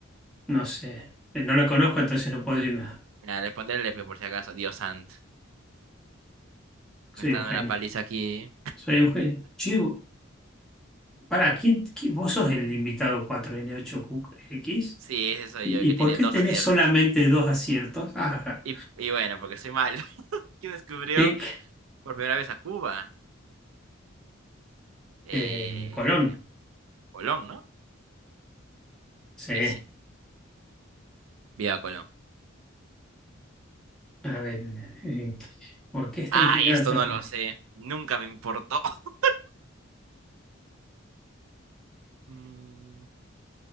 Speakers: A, in the centre; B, on the right (about 85°).
A: no sé. No la conozco, entonces no puedo decir nada.
B: Mira, le pondré Lepe por si acaso. Dios santo.
A: Soy
B: Me están
A: un
B: dando
A: genio.
B: una paliza aquí.
A: Soy un genio. Che, pará, ¿quién, quién- vos sos el invitado cuatro n 8 x
B: Sí, ese soy
A: ¿Y,
B: yo, el que
A: y por
B: tiene
A: qué
B: dos
A: tenés
B: aciertos.
A: solamente dos aciertos? Ajá.
B: Y, y bueno, porque soy malo. <laughs> ¿Quién descubrió
A: Clic,
B: por primera vez a Cuba? Eh,
A: eh, Colón.
B: Colón, ¿no?
A: Sí.
B: Y sí, viva Colón.
A: A ver, eh, ¿por qué está
B: Ay,
A: inclinada
B: esto
A: la torre?
B: no lo sé. Nunca me importó. <laughs> Mm,